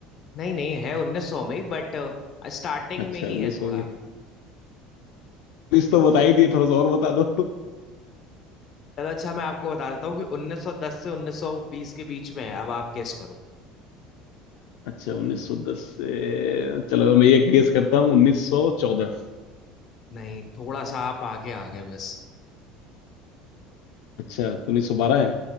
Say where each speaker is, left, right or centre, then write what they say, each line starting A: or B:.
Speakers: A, on the left (about 45°); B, on the left (about 80°).
A: नहीं नहीं है 1900 में ही बट स्टार्टिंग
B: अच्छा
A: में ही
B: उन्नीस
A: है थोड़ा
B: सौ भी उन्नीस तो बता ही दिए थोड़ा सा और बता दो
A: चलो अच्छा मैं आपको बता देता हूँ कि 1910 से 1920 के बीच में है अब आप गेस करो
B: अच्छा उन्नीस सौ दस से चलो मैं ये गेस करता हूँ उन्नीस सौ चौदह
A: नहीं थोड़ा सा आप आगे आ गए बस
B: अच्छा तो उन्नीस सौ बारह है